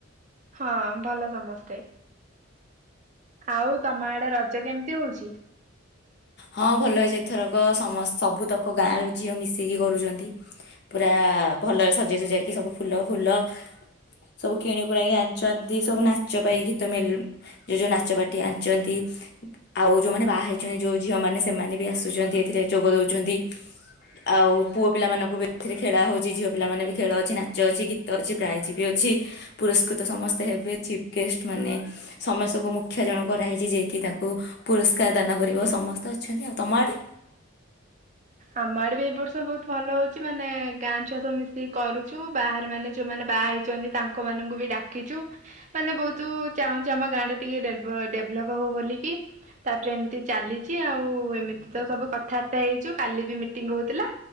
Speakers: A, on the right; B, on the left.
A: ହଁ ଭଲ ସମସ୍ତେ। ଆଉ ତମ ଆଡେ ରଜ କେମିତି ହୋଉଚି?
B: ହଁ ଭଲ ହେଇଛି ଏଥରକ ସମ ସବୁତକ ଗାଁ ର ଝିଅ ମିଶିକି କରୁଛନ୍ତି। ପୁରା ଭଲରେ ସଜେଇ ସଜେଇକି ସବୁ ଫୁଲ ଫୁଲ ସବୁ କିଣକୁକ ଗାଣିଛନ୍ତି ସବୁ ନାଚ ପାଇଁ ଗୀତ ମ ଯ ଯୋଉ ନାଚ ବାଟି ଆଣିଛନ୍ତି ଆଉ ଯୋଉମାନେ ବାହା ହେଇ ଯୋଉ ଝିଅ ମାନେ ସେମାନେ ବି ଆସୁଛନ୍ତି ଏଥିରେ ଯୋଗ ଦୋଉଚନ୍ତି ଆଉ ପୁଅ ପିଲା ମାନଙ୍କୁ ବି ଏଥିରେ ଖେଳ ହୋଉଚି ଝିଅ ପିଲା ମାନେ ବି ଖେଳ ଅଛି ନାଚ ଅଛି ଗୀତ ଅଛି ପ୍ରାଇଜ ବି ଅଛି ପୁରସ୍କୃତ ସମସ୍ତେ ହେବେ ଚିଫ୍ ଗେଷ୍ଟ ମାନେ ସମସ୍ତଙ୍କୁ ମୁଖ୍ୟ ଜଣ କରାହେଇଛି ଯିଏକି ତାଙ୍କୁ ପୁରସ୍କାର ଦାନ ଗରିବ ସମସ୍ତେ ଅଛନ୍ତି ଆଉ ତମ ଆଡ଼େ?
A: ଆମ ଆଡେ ବି ଏ ବର୍ଷ ବୋହୁତ ଭଲ ହୋଉଚି ମାନେ ଗାଁ ଛୁଆସ ମିଶିକି କରୁଚୁ, ବାହାରେ ମାନେ ଯୋଉମାନେ ବାହା ହେଇଛନ୍ତି। ତାଙ୍କ ମାନଙ୍କୁ ବି ଡାକିଚୁ। ମାନେ ବୋହୁତ ଚାହୁଁଛୁ ଆମ ଗାଁ ଟା ଟିକେ ଡେ ଡେଭଲପ ହଉ ବୋଲି। ତାପରେ ଏମିତି ଚାଲିଛି ଆଉ ଏମିତି ତ ସବୁ କଥାବାର୍ତ୍ତା ହେଇଛୁ କାଲି ବି ମିଟିଙ୍ଗ ହୋଉଥିଲା।